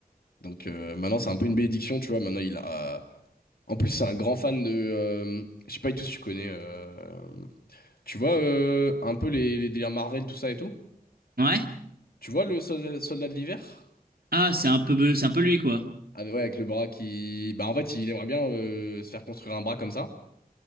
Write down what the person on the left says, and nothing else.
Donc euh, maintenant c'est un peu une bénédiction, tu vois. Maintenant il a... En plus c'est un grand fan de... euh, je sais pas du tout si tu connais... euh, Tu vois euh, un peu les, les délires Marvel, tout ça et tout?
Tu vois le soldat, soldat de l'hiver?
Ah, ouais, avec le bras qui... Bah en fait il aimerait bien euh, se faire construire un bras comme ça.